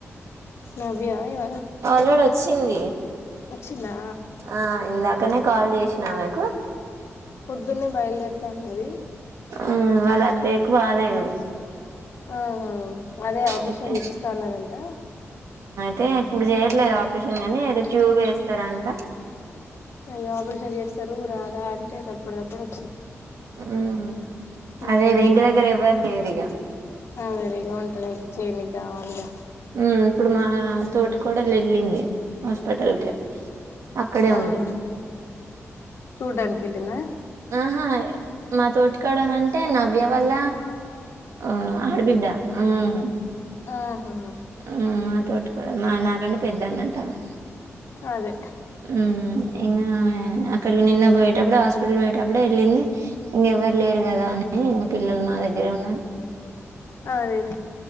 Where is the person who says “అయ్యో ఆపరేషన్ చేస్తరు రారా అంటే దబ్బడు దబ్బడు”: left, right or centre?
Left